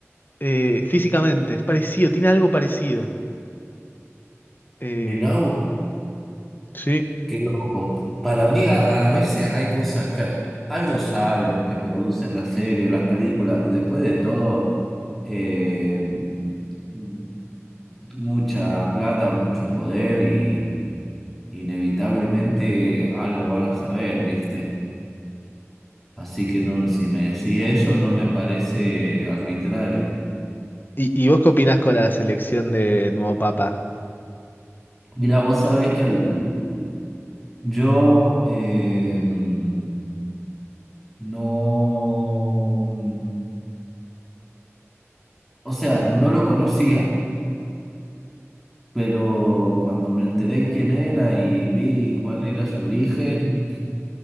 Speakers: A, on the left; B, in the centre.
A: eh, físicamente, es parecido, tiene algo parecido. Eh,
B: Mirá vos,
A: Sí.
B: qué loco. Para mí a, a veces hay cosas que algo saben los que producen las series, las películas. Después de todo, eh, mm, mucha plata, mucho poder y inevitablemente algo van a saber, ¿viste? Así que no, si me decís eso no me parece arbitrario.
A: ¿Y, y vos qué opinás con la selección de nuevo papa?
B: Mira, vos sabés que al- Yo eh, mm, no, mm, o sea, no lo conocía, pero cuando me enteré quién era y vi cuál era su origen,